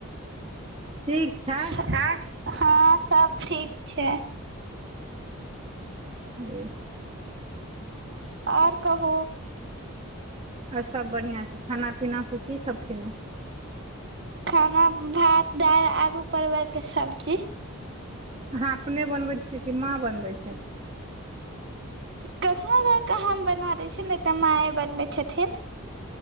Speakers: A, on the right; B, on the right.
A: ठीक छयै।
B: हैए हँ सोब ठीक छै।
A: ह ए।
B: और कहू।
A: आओर सब बढ़ियाँ छै खाना पीना कीसब खेलउ।
B: खाना भात दाइ आलु परवलकते सब्जी।
A: अहाँ अपने बनबैत छि कि माँ बनबैत छैथ।
B: कखनो काल क हम बना दै छि नय त माऐ बनबै छथिन।